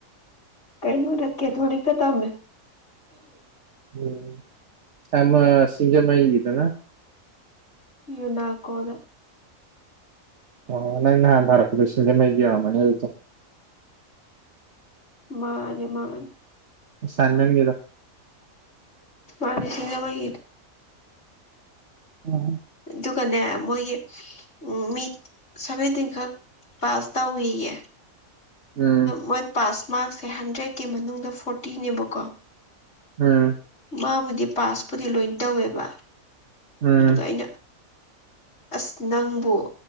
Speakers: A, on the left; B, on the right.
A: ꯀꯩꯅꯣꯗ ꯀꯦꯊꯣꯂꯤꯛꯇ ꯇꯝꯃꯦ
B: ꯎꯝ ꯑꯃ ꯁꯤꯖꯃꯩꯒꯤꯗꯨꯅ
A: ꯌꯨꯅꯥꯀꯣꯗ
B: ꯑꯣ ꯅꯪꯅ ꯅꯍꯥꯟ ꯊꯔꯛꯄꯗꯣ ꯁꯤꯡꯖꯥꯃꯩꯒꯤ ꯑꯣꯏꯔꯝꯃꯅꯤ ꯑꯗꯨꯗꯤ
A: ꯃꯥꯥꯟꯅꯦ ꯃꯥꯟꯅꯦ
B: ꯁꯥꯏꯟ ꯅꯝꯒꯦꯔꯣ
A: ꯃꯟꯅꯦ ꯁꯤꯡꯖꯥꯃꯩꯒꯤꯗꯣ
B: ꯎꯝ
A: ꯑꯗꯨꯒꯅꯦ ꯃꯣꯏꯒꯤ ꯎꯝ ꯃꯤ ꯁꯚꯦꯟꯇꯤꯟ ꯈꯛ ꯄꯥꯁ ꯇꯧꯏꯌꯦ
B: ꯎꯝ
A: ꯃꯣꯏ ꯄꯥꯁ ꯃꯥ꯭ꯔꯛꯁꯦ ꯍꯟꯗ꯭ꯔꯦꯠꯀꯤ ꯃꯅꯨꯡꯗ ꯐꯣꯔꯇꯤꯅꯦꯕꯀꯣ
B: ꯎꯝ
A: ꯃꯥꯕꯨꯗꯤ ꯄꯥꯁꯄꯨꯗꯤ ꯂꯣꯏ ꯇꯧꯋꯦꯕ
B: ꯎꯝ
A: ꯑꯗꯨꯒ ꯑꯩꯅ ꯑꯁ ꯅꯪꯕꯨ